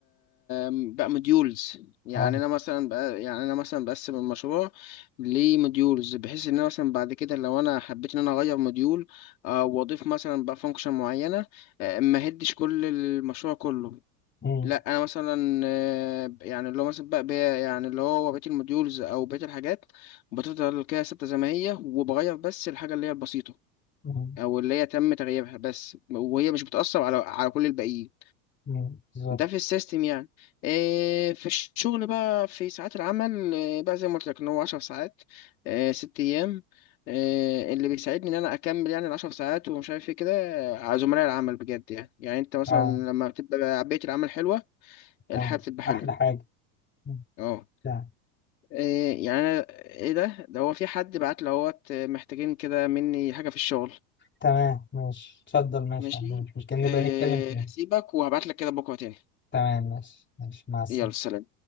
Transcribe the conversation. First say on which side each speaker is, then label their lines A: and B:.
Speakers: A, on the left; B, on the left.
A: بقى موديولز يعني
B: اه
A: انا مثلا بقى يعني انا مثلا بقسم المشروع لموديولز بحيث ان انا مثلا بعد كده لو انا حبيت ان انا اغير موديول آه، واضيف مثلا بقى فانكشن معينه آه، ما هدش كل المشروع كله
B: امم
A: لا انا مثلا آه، يعني اللي هو مثلا بقى بقى- يعني اللي هو بقيه الموديولز او بقيه الحاجات بتفضل كده ثابته زي ما هي وبغير بس الحاجه اللي هي البسيطه
B: امم
A: او اللي هي تم تغييرها بس وهي مش بتأثر على على كل الباقيين
B: أمم. بالظبط
A: ده في السيستم يعني إيه في الشغل بقى في ساعات العمل إيه بقى زي ما قلت لك ان هو 10 ساعات إيه ست ايام إيه اللي بيساعدني ان انا اكمل يعني العشر ساعات ومش عارف ايه كده آه، زملاء العمل بجد يعني يعني انت مثلا
B: اه
A: لما بتبقى بيئة العمل حلوة الحياة
B: اه
A: بتبقى حلوة
B: احلى حاجه أمم.
A: اه
B: تمام
A: إيه يعني أنا- ايه ده ده هو في حد بعت لهوت محتاجين كده مني حاجة في الشغل
B: تمام، ماشي اتفضل ماشي
A: ماشي
B: ماشي مش كان
A: أه
B: نبقى نتكلم تاني
A: هسيبك وهبعت لك كده بكرة تاني
B: تمام ماشي ماشي مع السلامه
A: يلا سلام